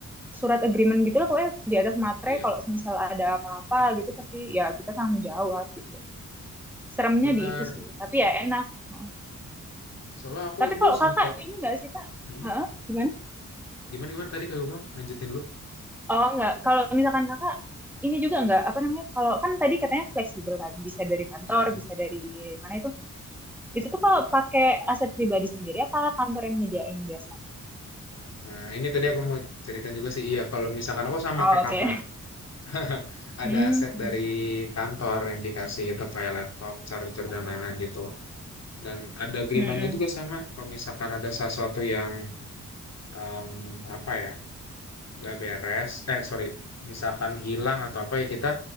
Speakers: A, in the centre; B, on the left.
A: surat agreement gitu lah pokoknya di atas materai
B: Iya,
A: kalau misal ada apa-apa gitu pasti ya kita tanggung jawab gitu. Seremnya
B: benar.
A: di itu sih, tapi ya enak. Hmm.
B: Soalnya aku
A: Tapi
B: dulu
A: kalau
B: sempat
A: kakak ini enggak sih kak?
B: Hmm?
A: Hah? Gimana?
B: Gimana gimana tadi kagak bilang lanjutin dulu.
A: Oh enggak, kalau misalkan kakak ini juga enggak apa namanya? Kalau kan tadi katanya fleksibel kan, bisa dari kantor,
B: Mhm.
A: bisa dari mana itu? Itu tuh kalau pakai aset pribadi sendiri apa kantor yang nyediain biasanya?
B: Nah, ini tadi aku mau cerita juga sih. Iya, kalau misalkan aku sama
A: Oh,
B: kayak
A: oke.
B: kakak, <laughs> ada
A: Hmm.
B: aset dari kantor yang dikasih gitu kayak laptop, charger
A: Oh,
B: dan lain-lain gitu. Dan ada agreementnya
A: Hmm.
B: juga sama. Kalau misalkan ada sesuatu yang em, apa ya nggak beres, eh sorry, misalkan hilang atau apa ya kita